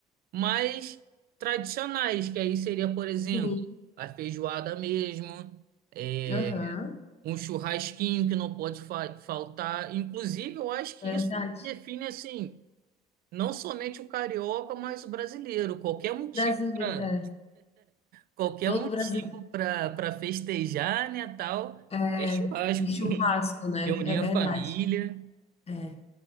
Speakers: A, on the right; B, on the left.
A: mais tradicionais, que aí seria, por exemplo,
B: sim,
A: a feijoada mesmo, é,
B: aham,
A: um churrasquinho que não pode fa- faltar. Inclusive, eu acho que
B: verdade.
A: isso define, assim Não somente o carioca, mas o brasileiro. Qualquer motivo
B: Brasileiro,
A: para
B: é.
A: qualquer
B: Todo
A: motivo
B: brasileiro
A: para para festejar, né, tal,
B: é
A: é churrasco.
B: em
A: <laughs>
B: churrasco, né?
A: Reunir
B: É verdade.
A: a família.
B: É.